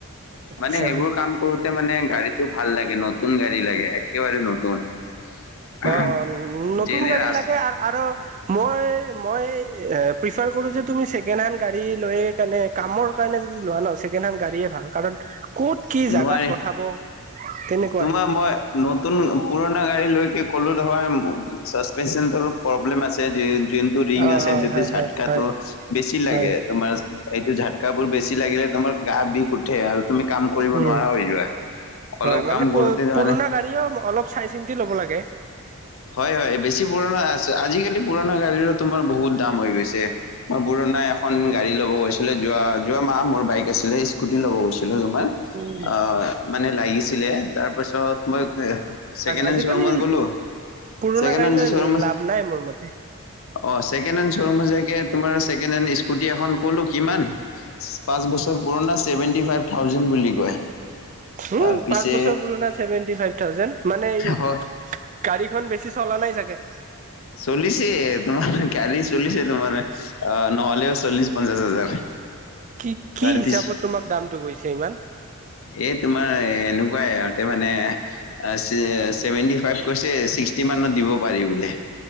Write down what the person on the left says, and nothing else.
মানে সেইবোৰ কাম কৰোতে মানে গাড়ীটো ভাল লাগে ন'? নতুন গাড়ী লাগে, একেবাৰে নতুন। <inaudible>
যেনে
ৰাচ
নোৱাৰি
তোমাৰ মই নতুন, পুৰণা গাড়ী লৈকে ক'লো নহয় ম-মু ছাচপেনচন টোৰো প্ৰব্লেম আছে। যিয়ে-যুন ৰিং
আছে
যদি
ঝাতকাটো
বেছি লাগে।
তোমাৰ, এইটো ঝাটকা বোৰ বেছি লাগিলে তোমাৰ গাৰ বিষ উঠে আৰু তুমি কাম কৰিব
নোৱাৰা হৈ যোৱা। অলপ
কাম
কৰোতে মানে
হয়, হয়, বেছি পুৰণা আচ-আজিকালি পুৰণা গাড়ীৰো তোমাৰ বহুত দাম হৈ গৈছে। মই পুৰণা এখন গাড়ী ল'ব গৈছিলে, যোৱা-যোৱা মাহ মোৰ বাইক আছিলে, স্কুটি ল'ব গৈছিলো তোমাৰ
আহ মানে লাগিছিলে, তাৰপাছত মই এ-ছেকেণ্ড
হেণ্ড শ্ব'ৰুমত গ'লো,
ছেকেণ্ড
হেণ্ড
শ্ব'ৰুমত
অ, ছেকেণ্ড হেণ্ড শ্ব'ৰুম যাই কিনে, তোমাৰ ছেকেণ্ড হেণ্ড স্কুটি এখন ক'লো কিমান! পাঁচ বছৰ পুৰণা, চেভেন্তি ফাইভ থাউজেণ্ড বুলি কয়
তাৰ পিছে
হয়
চলিছে, তোমাৰ গাড়ী চলিছে তোমাৰ। আ, নহ'লেও চল্লিশ পঞ্চাশ হাজাৰ।
তাৰপিছ
এই তোমাৰ এনেকুৱাই, ইহঁতে মানে আছ-ই-চেভেণ্টি ফাইভ কৈছে, ছিক্সটি মানত দিব পাৰি বোলে।